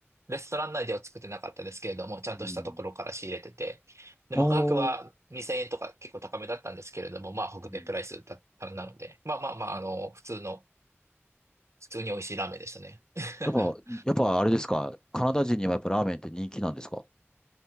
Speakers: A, on the right; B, on the left.
A: レストラン内では作ってなかったですけれども、ちゃんとしたところから仕入れてて、
B: うん
A: で、
B: おー。
A: まあ、価格は2000円とか結構高めだったんですけれども、まあ、北米プライスだったなので、
B: うん
A: まあまあまあ、あの、普通の、普通に美味しいラーメンでしたね。<laughs>
B: やっぱ、やっぱあれですか。カナダ人にはやっぱラーメンって人気なんですか